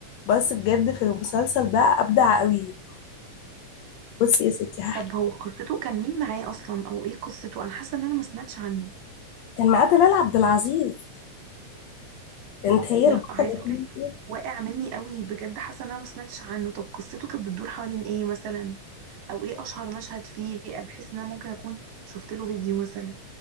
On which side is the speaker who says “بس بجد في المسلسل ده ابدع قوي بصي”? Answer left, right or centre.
Left